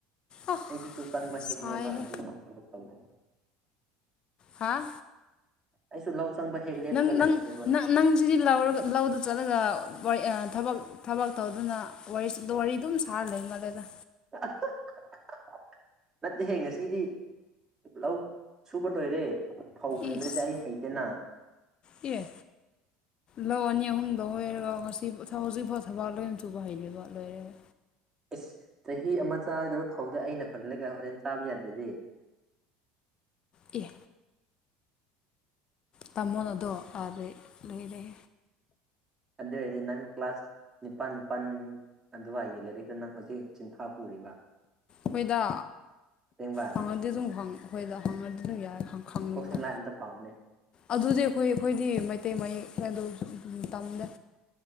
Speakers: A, on the left (about 45°); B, on the right (about 25°).
A: ꯑ
B: ꯑꯩꯗꯨꯁꯨ ꯆꯪꯕ ꯍꯦꯛꯅꯦꯕ
A: ꯁꯥꯏꯍꯦ
B: ꯑꯗꯨꯒꯤ ꯇꯧꯗꯦ
A: ꯍꯥꯥ
B: ꯑꯩꯁꯨ ꯂꯧ ꯆꯪꯕ ꯍꯦꯛ ꯂꯦꯞꯄꯒ
A: ꯅꯪ
B: ꯂꯩꯕꯅꯦꯕ
A: ꯅꯪ ꯅꯪꯁꯤꯗꯤ ꯂꯧꯔꯒ ꯂꯧꯗ ꯆꯠꯂꯒ ꯊꯕꯛ ꯊꯕꯛ ꯇꯧꯗꯨꯅ ꯋꯥꯔꯤ ꯋꯥꯔꯤ ꯑꯗꯨꯝ ꯁꯥꯍ ꯂꯩ ꯃꯥꯜꯂꯦꯗ
B: <unintelligible> ꯅꯠꯇꯦꯍꯦ ꯉꯁꯤꯗꯤ ꯂꯧ ꯁꯨꯕ ꯂꯣꯏꯔꯦ ꯐꯧ ꯍꯨꯟꯕ꯭ꯔꯗꯤ
A: ꯏꯁ
B: ꯑꯩ ꯍꯩꯇꯦꯅ
A: ꯑꯦ ꯂꯧ ꯑꯅꯤ ꯑꯍꯨꯝꯗꯣ ꯑꯣꯏꯔꯒ ꯉꯁꯤ ꯍꯧꯖꯤꯛꯐꯥꯎ ꯊꯕꯛ ꯂꯣꯏꯅ ꯁꯨꯕ ꯍꯩꯔꯤꯕ ꯂꯣꯏꯔꯦ
B: ꯏꯁ ꯆꯍꯤ ꯑꯃ ꯆꯥꯒꯗꯕ ꯐꯥꯎꯗ ꯑꯩꯅ ꯍꯨꯜꯂꯒ ꯍꯣꯔꯦꯟ ꯆꯥꯕ ꯌꯥꯗ꯭ꯔꯗꯤ
A: ꯑꯦ ꯇꯥꯃꯣꯟꯗꯣ ꯑ ꯂꯩꯣꯏꯔꯦꯦ
B: ꯑꯗꯨꯗꯗꯤ ꯅꯪ ꯀ꯭ꯂꯥꯁ ꯅꯤꯄꯥꯜ ꯅꯤꯄꯥꯜ ꯑꯗꯨꯋꯥꯏꯒꯤ ꯂꯥꯏꯔꯤꯛꯇ ꯅꯪ ꯍꯧꯖꯤꯛ ꯆꯤꯟꯊꯥ ꯄꯨꯔꯤꯕ
A: ꯍꯣꯏꯗ
B: ꯑꯁꯦꯡꯕ
A: ꯍꯪꯉꯗꯤ ꯑꯗꯨꯝ ꯑꯩꯈꯣꯏꯗ ꯍꯪꯉꯗꯤ ꯑꯗꯨꯝ ꯌꯥꯏ ꯈꯪꯉꯤꯗ
B: ꯀꯣꯛ ꯁꯝꯂꯥꯏ ꯑꯝꯇ ꯄꯥꯎꯅꯦ
A: ꯑꯗꯨꯗꯤ ꯑꯩꯈꯣꯏ ꯑꯩꯈꯣꯏꯗꯤ ꯃꯩꯇꯩ ꯃꯌꯦꯛ ꯑꯗꯨ ꯇꯝꯗꯦ